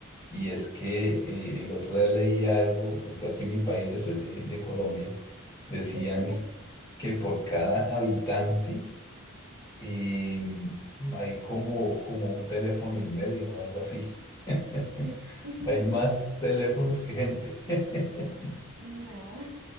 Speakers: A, on the left (about 15°); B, on the right (about 50°).
A: y es que eh, el otro día leí algo, por ejemplo, aquí en mi país, yo soy de, de Colombia, decían
B: yo también.
A: que por cada habitante y mm, hay como, como un teléfono y medio o algo así. <laughs>
B: Mm. <laughs>
A: Hay más teléfonos que gente. <laughs>
B: No.